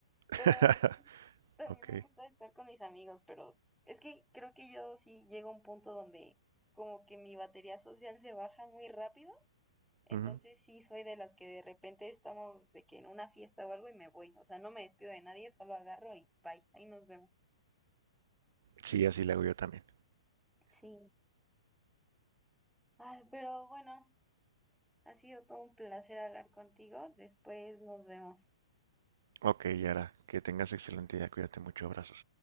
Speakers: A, on the right (about 70°); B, in the centre.
A: <laughs>
B: Pero sí, también
A: Ok,
B: me gusta estar con mis amigos, pero es que creo que yo sí llego a un punto donde como que mi batería social se baja muy rápido Entonces
A: ujú.
B: sí soy de las que de repente estamos de que en una fiesta o algo y me voy. O sea, no me despido de nadie, solo agarro y bye. Ahí nos vemos.
A: Sí, así le hago yo también.
B: Sí. Ay, pero bueno, ha sido todo un placer hablar contigo. Después nos vemos.
A: Ok, Yara, que tengas excelente día, cuídate mucho, abrazos.